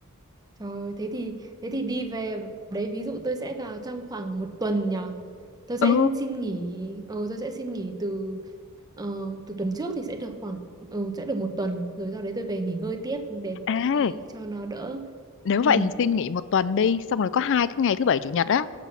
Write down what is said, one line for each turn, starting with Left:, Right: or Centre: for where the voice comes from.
Right: trời ơi, thế thì thế thì đi về đấy ví dụ tôi sẽ vào trong khoảng một tuần nhở. Tôi sẽ
Left: ừ
Right: xin nghỉ, ờ tôi sẽ xin nghỉ từ ờ, từ tuần trước thì sẽ được khoảng ờ, sẽ được một tuần rồi sau đấy tôi về nghỉ ngơi tiếp để
Left: ê
Right: đi cho nó đỡ.
Left: nếu
Right: Ừ,
Left: vậy thì xin nghỉ một tuần đi xong rồi có hai cái ngày thứ bảy chủ nhật á